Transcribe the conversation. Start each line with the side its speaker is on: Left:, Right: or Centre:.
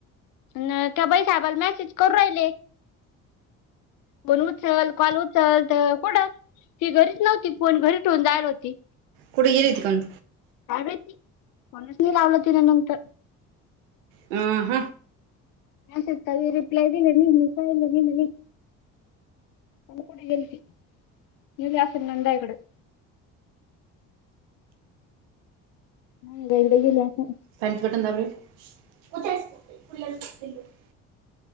Left: न त्या बई साहेबाला मेसेज करू राहिले फोन उचल, कॉल उचल, त कुड ती घरीच नव्हती, फोन घरी ठेवून जायली होती.
Right: कुड गेली होती काणु
Left: काय माहीती, फोनच नाय लावलं तिन नंतर
Right: अंह
Left: मेसेज चां बी रिप्लाय दिला नाय न पाहिलं बी नाय कायनु कुड गेल्ती, गेली आसल नंदबायकडं नाय एकदा गेले होते.
Right: फॅनच बटन दाब रे, <unintelligible>